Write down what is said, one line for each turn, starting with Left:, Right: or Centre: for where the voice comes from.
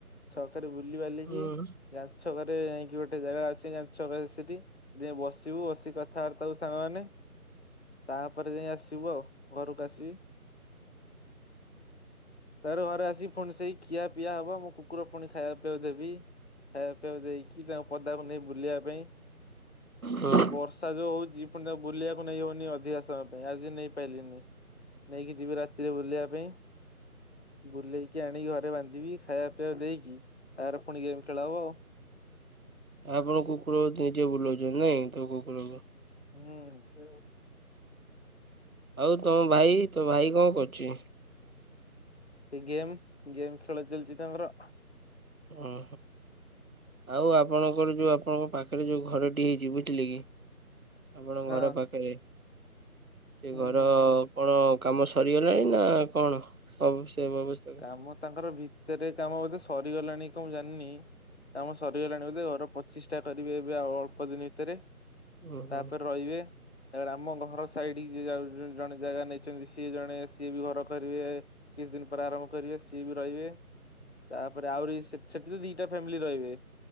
Left: ଛକରେ ବୁଲିବାଲିକି
Right: ଆପଣ
Left: ଗାନ୍ଧି ଛକରେ ଯାଇକି ଗୋଟେ ଜାଗା ଅଛି ଗାନ୍ଧୀ ଛକ ସେଠି। ସେଠି ଯାଇ ବସିବୁ ବସିିକି କଥାବାର୍ତ୍ତା ହବୁ ସାଙ୍ଗମାନେ। ତାପରେ ଯାଇ ଆସିବୁ ଆଉ ଘରକୁ ଆସିବି। ତାପରେ ଘରେ ଆସିକି ପୁଣି ସେଇ ଖିଆ ପିଆ ହବ ମୁଁ କୁକୁର ପୁଣି ଖାଇବା ପିଇବାକୁ ଦେବି। ଖାଇବା ପିଇବାକୁ ଦେଇକି ତାକୁ ପଦାକୁ ନେବି ବୁଲିବା ପାଇଁ।
Right: ହଁ
Left: ବର୍ଷା ଯୋଉ ହଉଛି ପୁଣିତା ବୁଲିବାକୁ ନେଇ ହଉନି ଅଧିକା ସମୟ ପାଇଁ ଆଜି ନେଇପାଇଲିନି। ନେଇକି ଯିବି ରାତିରେ ବୁଲିବା ପାଇଁ ବୁଲେଇକି ଆଣିକି ଘରେ ବାନ୍ଧିବି। ଖାଇବା ପିଇବାକୁ ଦେଇକି ତାପରେ ପୁଣି ଗେମ୍ ଖେଳା ହବ ଆଉ।
Right: ଆପଣ କୁକୁରକୁ ନିଜେ ବୁଲଉଛନ୍ତି ନାଇଁ ତ କୁକୁରକୁ।
Left: ହୁଁ <unintelligible>
Right: ଆଉ ତମ ଭାଇ ତୋ ଭାଇ କଣ କରୁଛି?
Left: ସେ ଗେମ୍, ଗେମ୍ ଖେଳ ଚାଲିଛି ତାଙ୍କର।
Right: ଅହଁ। ଆଉ ଆପଣଙ୍କର ଯୋଉ ଆପଣଙ୍କ ପାଖରେ ଯୋଉ ଘରଟି ହେଇଛି ବୁଝିଲେ କି? ଆପଣ ଘର
Left: ହଁ
Right: ପାଖରେ ସେ
Left: ହୁଁ
Right: ଘର।
Left: ହୁଁ।
Right: କଣ କାମ ସରିଗଲାଣି ନା କଣ ହବ ସେ ବ୍ୟବସ୍ଥା।
Left: କାମ ତାଙ୍କର ଭିତରେ କାମ ବୋଧେ ସରିଗଲାଣି କଣ ମୁଁ ଜାଣିନି। କାମ ସରିଗଲାଣି ବୋଧେ ଘର ପ୍ରତିଷ୍ଠା କରିବେ ଏବେ ଆଉ ଅଳ୍ପ ଦିନ ଭିତରେ
Right: ଓହୋ
Left: ତାପରେ ରହିବେ। ତାପରେ ଆମ ଘର ସାଇଡକି ଯିଏ ଜଣେ ଜାଗା ନେଇଛନ୍ତି ସିଏ ଜଣେ ସିଏ ବି ଘର କରିବେ। <unintelligible> ଦିନ୍ <unintelligible> ଆରମ୍ଭ କରିବେ ସିଏ ବି ରହିବେ, ତାପରେ ଆହୁରି ସେଠି ତ ଦିଟା ଫ୍ୟାମିଲି ରହିବେ।